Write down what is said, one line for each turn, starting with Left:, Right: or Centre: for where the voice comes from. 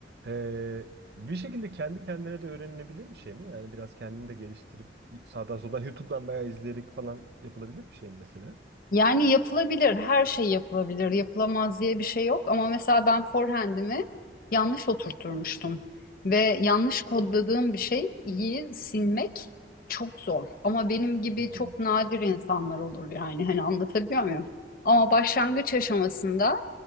Right: E, bir şekilde kendi kendine de öğrenilebilir bir şey mi? Yani biraz kendini de geliştirip sağdan soldan YouTube'dan bayağı izleyerek falan yapılabilir bir şey mi mesela?
Left: Yani yapılabilir, her şey yapılabilir. Yapılamaz diye bir şey yok ama mesela ben forehand'imi yanlış oturtturmuştum ve yanlış kodladığım bir şey iyi silmek çok zor. Ama benim gibi
Right: Hmm.
Left: çok nadir insanlar olur yani hani anlatabiliyor muyum? Ama başlangıç aşamasında